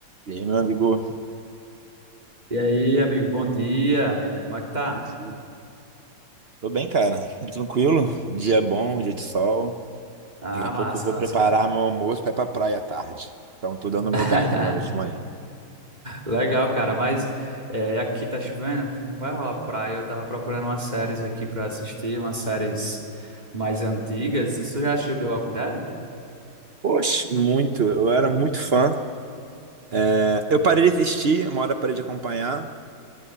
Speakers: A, on the right (about 60°); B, on the right (about 20°).
A: E aí, meu amigo?
B: E aí, amigo, bom dia. Como é que tá?
A: Bom dia. Tô bem, cara. Tranquilo. Dia bom, dia de sol.
B: Ah,
A: Daqui a pouco
B: massa,
A: eu vou
B: massa,
A: preparar
B: cara.
A: meu almoço pra ir pra praia à tarde. Então, tô dando meu
B: <laughs>
A: gás agora de manhã.
B: Legal, cara, mas é, aqui tá chovendo, não vai rolar praia. Eu tava procurando umas séries aqui pra assistir, umas séries mais antigas. Você já assistiu The Walking Dead?
A: Poxa, muito. Eu era muito fã. É, Eu parei de assistir, uma hora eu parei de acompanhar.